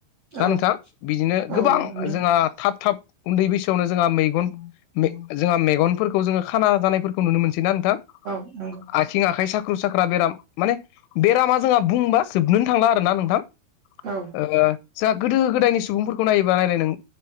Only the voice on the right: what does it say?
औ
औ
नंगौ नोंथां
औ नंगौ।
औ।